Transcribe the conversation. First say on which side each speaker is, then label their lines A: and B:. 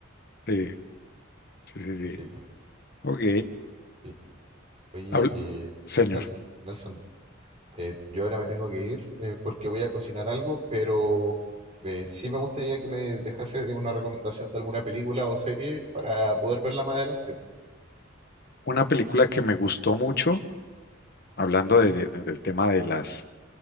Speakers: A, on the left; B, on the right.
A: Sí, sí, sí, sí.
B: Sí, pues,
A: Ok.
B: sí. Oye,
A: Habl-
B: eh,
A: Señor,
B: Nels- Nelson, eh, yo ahora me tengo que ir eh, porque voy a cocinar algo, pero eh, sí me gustaría que me dejase una recomendación de alguna película o serie para poder verla más adelante.
A: una película que me gustó mucho, hablando de- de- del tema de las